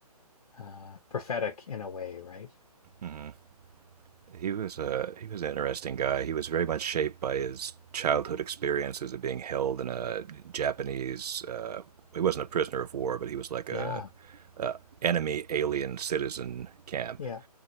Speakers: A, on the left (about 60°); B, on the right (about 80°).
A: uh, prophetic in a way, right?
B: Mhm. He was a he was an interesting guy. He was very much shaped by his childhood experiences of being held in a Japanese. Uh, he wasn't a prisoner of war, but he was like
A: Yeah.
B: a, a enemy alien citizen camp,
A: Yeah.